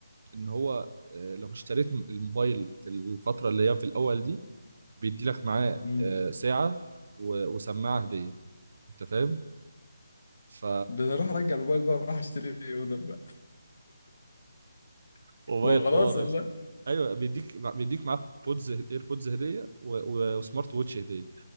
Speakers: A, on the right; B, on the left.
A: ان هو آه، لو اشتريت الموبايل في الفترة اللي هي في الاول دي بيدي لك معاه
B: امم
A: آه، ساعة و- وسماعة هدية انت فاهم ف
B: ده انا راح ارجع الموبايل بقى راح اشتري اودر بقى <laughs>
A: موبايل
B: وخلاص
A: حوار
B: والله
A: يا اسطى. ايوه بيديك بيديك معاه بودز ايربودز هدية و- و- وسمارت ووتش هدية